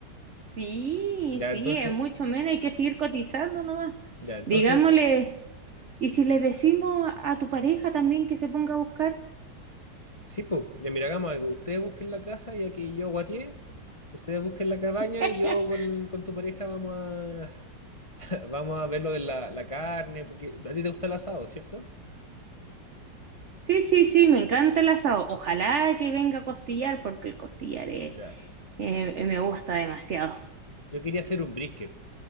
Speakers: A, on the right; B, on the left.
A: Sí,
B: Ya,
A: sí,
B: entonces,
A: es mucho menos, hay que seguir cotizando nomás.
B: ya, entonces.
A: Digámosle... Y si le decimos a tu pareja también que se ponga a buscar,
B: Sí, pues, ya mira, hagamos algo. Ustedes busquen la casa, ya que yo guateé. Ustedes busquen la cabaña
A: <laughs>
B: y yo con, con tu pareja vamos a, <laughs> vamos a ver lo de la, la carne, porque a ti te gusta el asado, ¿cierto?
A: sí, sí, sí, me encanta el asado. Ojalá que venga a costillar, porque el costillar es-
B: Ya.
A: eh, eh, me gusta demasiado.
B: Yo quería hacer un brisket.